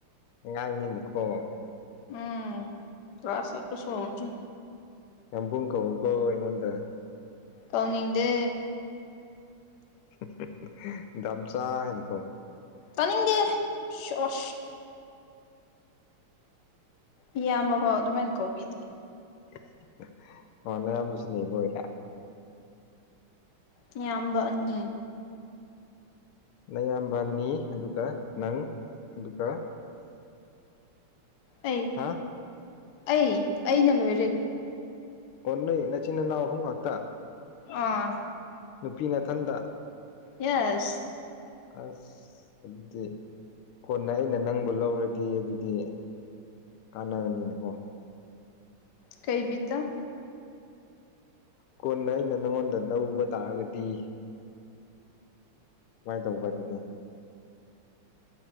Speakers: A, on the left (about 80°); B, on the left (about 60°).
A: ꯑꯉꯥꯡꯅꯤꯅꯦꯀꯣ
B: ꯎꯝ ꯀ꯭ꯂꯥꯁ ꯆꯠꯄꯁꯨ ꯍꯧꯗ꯭ꯔꯤ
A: ꯌꯥꯝꯕꯨꯨꯡ ꯀꯧ ꯀꯣ ꯑꯩꯉꯣꯟꯗ
B: ꯀꯧꯅꯤꯡꯗꯦ
A: <unintelligible> ꯗꯥꯝꯆꯥ ꯍꯥꯏꯅ ꯀꯧ
B: ꯇꯥꯅꯤꯡꯗꯦ <unintelligible> ꯏꯌꯥꯝꯕꯐꯥꯎ ꯑꯗꯨꯃꯥꯏꯅ ꯀꯧꯕꯤꯗꯦ
A: <unintelligible>
B: ꯏꯌꯥꯝꯕ ꯑꯅꯤ
A: ꯅꯌꯥꯝꯕ ꯑꯅꯤ ꯑꯗꯨꯒ ꯅꯪ ꯑꯗꯨꯒ
B: ꯑꯩ
A: ꯍꯥ
B: ꯑꯩ ꯑꯩꯅ ꯂꯣꯏꯔꯦ
A: ꯑꯣ ꯅꯣꯏ ꯅꯆꯤꯟ ꯏꯅꯥꯎ ꯑꯍꯨꯝ ꯉꯥꯛꯇ
B: ꯑꯥ
A: ꯅꯨꯄꯤ ꯃꯊꯟꯗ
B: ꯌꯦꯁ
A: ꯑꯁ ꯑꯗꯨꯗꯤ ꯀꯣꯟꯅ ꯑꯩꯅ ꯅꯪꯕꯨ ꯂꯧꯔꯗꯤ ꯑꯗꯨꯗꯤ ꯀꯥꯟꯅꯅꯤꯅꯀꯣ
B: ꯀꯩ ꯕꯤꯠꯇ
A: ꯀꯣꯟꯅ ꯑꯩꯅ ꯅꯪꯉꯣꯟꯗ ꯂꯧꯕ ꯇꯥꯔꯒꯗꯤ ꯁꯨꯃꯥꯏꯅ ꯇꯧꯕ ꯑꯗꯨꯗꯤ